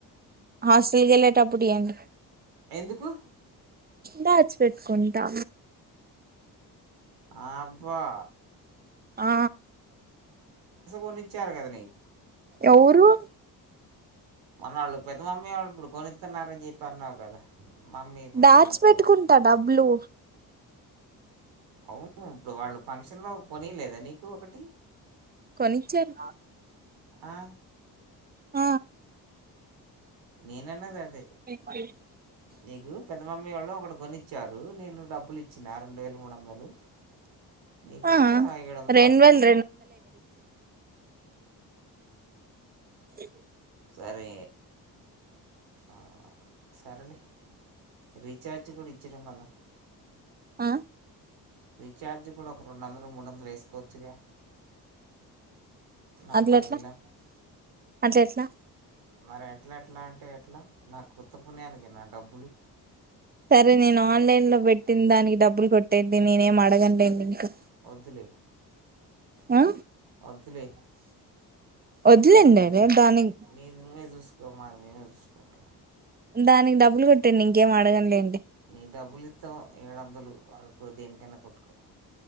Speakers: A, on the right; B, on the right.
A: హాస్టల్ కి వెళ్ళేటప్పుడు ఇయ్యండి
B: ఎందుకు
A: దాచి పెట్టుకుంటా
B: ఆబ్బా
A: ఆ
B: కొనిచ్చారు కదా నీకు
A: ఎవరు
B: మన వాళ్ళు పెద్ద అమ్మేళ్ళు ఇప్పుడు కొనితన్నరూ అనిచెప్పన్నావు కదా మమ్మీ
A: దాచి
B: ఇదినప్పుడు
A: పెట్టుకుంటా డబ్బులు
B: అవును ఇప్పుడు వాళ్ళు ఫంక్షన్ లో కొనీలేద నీకు ఒకటి
A: కొనిచ్చారు
B: ఆ
A: ఆ
B: నేనన్నది అదే
A: <inaudible> <unintelligible>
B: నీకు పెద్దమమ్ లూ ఒక కొనిచ్చారు నేను డబ్బులు ఇచ్చిన ఆ రెండు వేల మూడు వందలు నీకు
A: ఆ
B: ఇంకా ఐదు వందలు
A: రెండు
B: వస్తాయి
A: వేలు ఇ
B: సరే ఆ సరేలే రీఛార్జ్ కూడా ఇచ్చడం కదా
A: ఆ
B: రీఛార్జ్ కూడా ఒక రరొండు వందలు మూడు వందలు వేసుకోవచ్చుగా నా
A: అట్ల
B: పరిధిలో
A: ఎట్లా అట్ల ఎట్లా
B: మరి ఎట్లా ఎట్లా అంటే ఎట్లా నా ఉత్త పుణ్యానికి నా డబ్బులు
A: సరే నేను ఆన్లైన్ లో పెట్టిన దానికి డబ్బులు కొట్టేది నేనేం అడగనలేదు ఇకు
B: వదులే
A: ఆ
B: వద్దులే
A: వద్దులేండి
B: నీది నువ్వే
A: అదే
B: చూసు
A: దానికి
B: నీది నువ్వే చూసుకో రూ మాది నేనే చూసుకుంటా
A: దానికి డబ్బులు కొట్టండి ఇంకేం అడగడంలేండి
B: నీ డబ్బులు ఇత్తం ఏడు వందలు వాడు దేనికన్నా కొట్టుకో